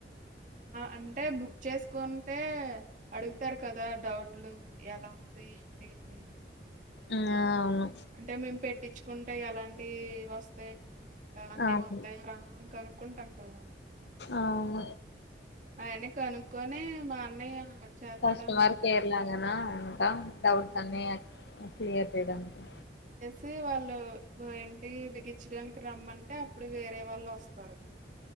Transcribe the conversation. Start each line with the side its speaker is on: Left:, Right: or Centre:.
Right: అంటే బుక్ చేసుకుంటే అడుగుతారు కదా డౌట్లు ఎలా ఉంది ఏంటి అని
Left: ఆ అవును
Right: అంటే మేము పెట్ పట్టించుకుంటేయి అలాంటివి వస్తాయి అంటే
Left: అవును
Right: మొత్తం రా కనుక్కుంటాం కదా
Left: అవును
Right: ఆయన కనుక్కొనే మా అన్నయ్య చేస్తాడనమాట
Left: కస్టమర్ కేర్ లాగానా అంట డౌట్స్
Right: ఉమ్.
Left: అన్ని క్లియర్ చేయడానికి
Right: టి వాళ్ళు ఏంటి బిగించడానికి రమ్మంటే అప్పుడు వేరే వాళ్ళు వస్తారు.